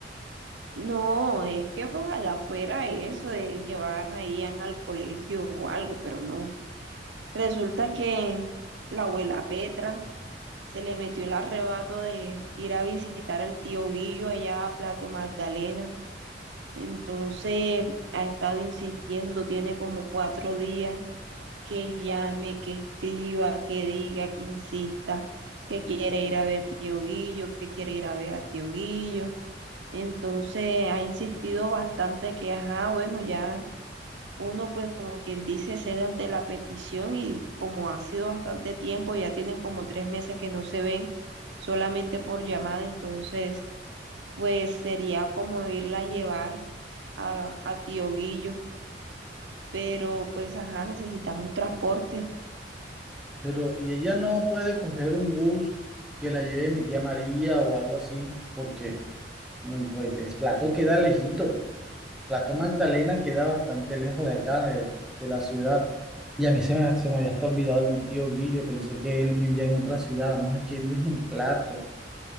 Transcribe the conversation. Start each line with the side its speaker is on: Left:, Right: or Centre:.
Right: No, es que ojalá fuera eso de llevar a Ian al colegio o algo, pero no. Resulta que la abuela Petra se le metió el arrebato de ir a visitar al tío Guillo allá a Plato Magdalena. Entonces ha estado insistiendo, tiene como cuatro días que llame, que escriba, que diga, que insista, que quiere ir a ver a tío Guillo, que quiere ir a ver a tío Guillo. Entonces ha insistido bastante que, ajá, bueno, ya uno pues como quien dice cede ante la petición y como ha sido bastante tiempo, ya tienen como tres meses que no se ven solamente por llamada, entonces pues sería como irla a llevar a, a Tío Guillo, pero pues ajá, necesitamos transporte.
Centre: Pero, y ella no puede coger un bus que la lleve mi tía María o algo así, porque mm, pues es Plato queda lejito. Plato Magdalena queda bastante lejos de acá, de, de la ciudad. Y a mí se me, se me había hasta olvidado el tío Guillo, pensé que él vivía en otra ciudad. Vamos, es que vives en Plato.